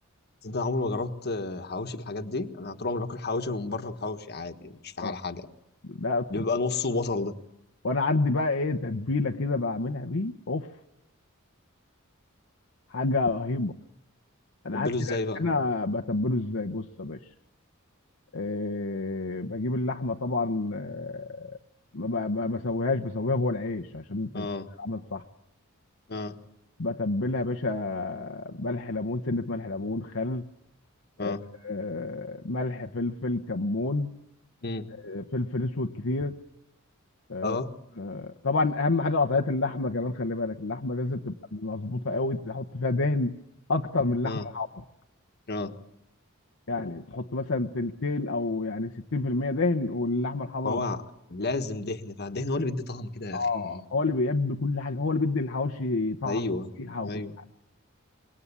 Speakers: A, on the left; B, on the left.
A: تصدق عمري ما جربت آه، حواوشي بالحاجات دي انا طول عمري باكل حواوشي من بره الحواوشي عادي مش فاهم
B: اه
A: حاجه
B: لا
A: بيبقى نصه بصل ده
B: وانا عندي بقى ايه تتبيله كده بعملها بيه اوف حاجه رهيبه انا
A: تبله
B: عندي
A: ازاي
B: ناس
A: بقى
B: هنا بتبله ازاي بص يا باشا إيه بجيب اللحمه طبعا آه، ما ب- ما بسويهاش بسويها جوه العيش عشان تتعمل
A: اه
B: صح
A: اه
B: بتبلها يا باشا ملح ليمون سنه ملح ليمون خل
A: اه
B: آه، آه، ملح فلفل كمون
A: امم
B: آه، فلفل اسود كتير آه،
A: اه
B: آه، طبعا اهم حاجه قطعيه اللحمه كمان خلي بالك اللحمه لازم تبقى مظبوطه قوي تحط فيها دهن اكتر من اللحمه
A: اه
B: الحمراء
A: اه
B: يعني تحط مثلا تلتين او يعني 60% دهن واللحمه الحمراء
A: ما هو لازم دهن فالدهن هو اللي بيدي طعم كده يا
B: اه
A: اخي
B: هو اللي بيبي كل حاجه هو اللي بيدي الحواوشي طعم
A: ايوه
B: وريحه وكل
A: ايوه
B: حاجه